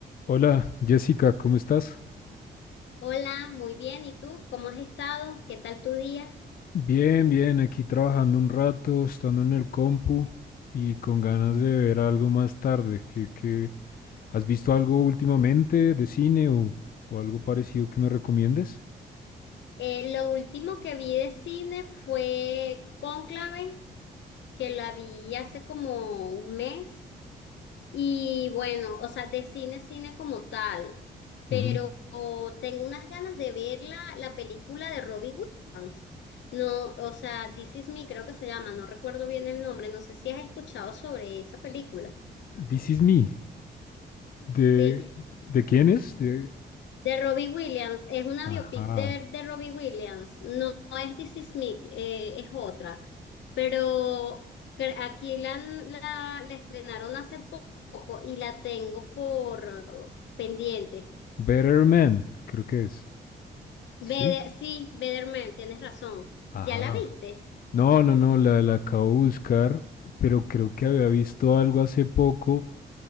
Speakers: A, on the left; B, on the left.
A: Hola, Jessica, ¿cómo estás?
B: Hola, muy bien. ¿Y tú? ¿Cómo has estado? ¿Qué tal tu día?
A: Bien, bien, aquí trabajando un rato, estando en el compu y con ganas de ver algo más tarde. ¿Qué, qué- has visto algo últimamente de cine o, o algo parecido que me recomiendes?
B: Eh, lo último que vi de cine fue Cónclave, que la vi hace como un mes. Y bueno, o sea, de cine, cine como tal. Pero
A: Ujú.
B: oh, tengo unas ganas de ver la, la película de Robin Hood. No, o sea, This Is Me creo que se llama, no recuerdo bien el nombre. No sé si has escuchado sobre esa película.
A: This is Me. ¿De,
B: Sí,
A: de quién es? De...
B: De Robbie Williams, es una biopic
A: Ajá.
B: de, de Robbie Williams, no, no es This Is Me, eh, es otra, pero cre- aquí la, la, la estrenaron hace poco y la tengo por eh, pendiente.
A: Better Man, creo que es.
B: Bede-
A: Sí.
B: sí, Better Man, tienes razón,
A: Ajá.
B: ¿ya la viste?
A: No, no, no, la, la acabo de buscar, pero creo que había visto algo hace poco.